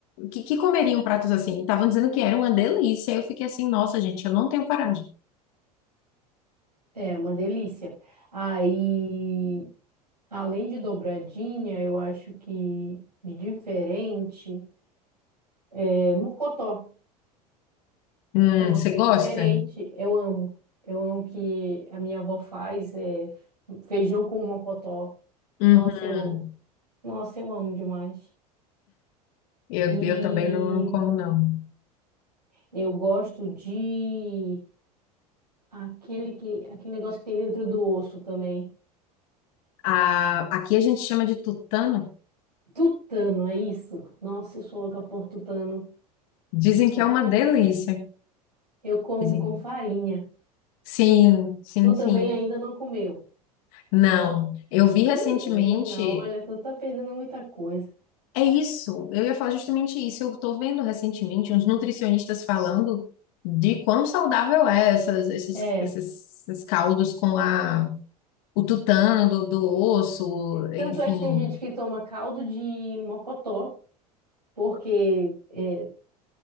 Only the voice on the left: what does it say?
que, que comeriam pratos assim, estavam dizendo que era uma delícia. Aí Eu fiquei assim, nossa, gente, eu não tenho coragem.
Hum,
você
gosta?
Uhum.
Eu,
eu também não, não como, não.
A, aqui a gente chama de tutano.
Dizem que
é
uma delícia.
Dizem.
Sim, sim,
sim.
Não, eu vi recentemente
É isso, eu ia falar justamente isso. Eu estou vendo recentemente uns nutricionistas falando de quão saudável é essas, esses,
esses, esses caldos com a, o tutano do, do osso,
enfim.